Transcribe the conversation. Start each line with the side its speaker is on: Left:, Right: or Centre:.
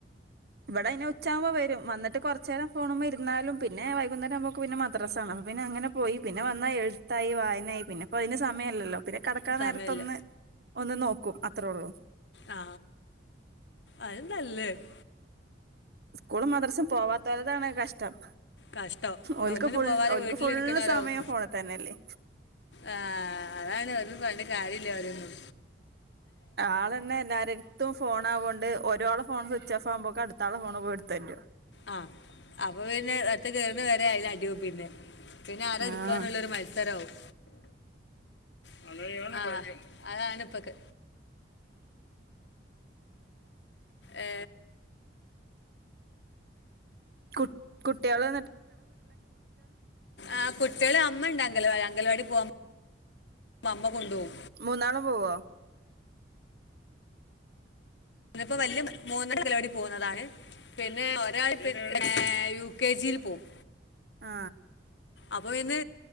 Right: ഇവിടെ അയിന് ഉച്ചാകുമ്പോ വരും വന്നിട്ട് കുറച്ചേരം ഫോണും ഇരു എന്നാലും പിന്നെ വൈകുന്നേരം ആകുബൊക്ക് പിന്നെ മദ്രസ്സാണ് അപ്പോ പിന്നെ അങ്ങനെ പോയി പിന്നെ വന്നാൽ പിന്നെ എഴുത്തായി വായനയായി പിന്നെപ്പോ അതിന് സമയല്ലല്ലോ പിന്നെ കടക്കാൻ
Left: സമയമില്ല
Right: നേരത്തൊന്ന് ഒന്ന് നോക്കും അത്രേ ഒള്ളൂ
Left: ആ അത് നല്ലത്
Right: സ്കൂളും മദ്രസും പോവാത്തോലതാണ് കഷ്ടം
Left: കഷ്ടം
Right: ഓൽക്ക്
Left: ഒന്നിനും
Right: ഫുൾ
Left: പോവാതെ
Right: ഓൽക്ക്
Left: വീട്ടിലിരിക്കണവരാവും
Right: ഫുള്ള് സമയം ഫോണ് തന്നെല്ലേ
Left: ആ അതാണ്‌ ഒരൊണ്ട് പറഞ്ഞിട്ട് കാര്യല്ല ഒരൊന്നും
Right: ആളന്നെ എല്ലാരെരുത്തും ഫോൺ ആവോണ്ട് ഒരാള് ഫോൺ സ്വിച്ച് ഓഫ് ആവുമ്പോക്കെ അടു അടുത്താള് ഫോണ് പോയിടുത്തൊണ്ടുരും
Left: ആ അപ്പൊ പിന്നെ അടുത്തെ കേറ്ണ വരെ അയില് അടിയാവും പിന്നെ പിന്നെ ആര
Right: ആഹ്
Left: ഇട്ക്കാന്നുള്ളൊരു മത്സരാവും ആ അതാണിപ്പത് ഏ
Right: കു കുട്ട്യാള്
Left: ആ കുട്ടികള് അമ്മ ണ്ട് അംഗലവാടി അംഗൽവാടി പോക അമ്മ കൊണ്ടുപോകും
Right: മൂന്നാളും പോവോ
Left: ഇന്നിപ്പോ വല്യ മൂന്നാളും അംഗലവാടി പോകുന്നതാണ് പിന്നെ ഒരാൾ ഏ യു കെ ജിൽ പോകും
Right: ആ
Left: അപ്പൊ ഇന്ന്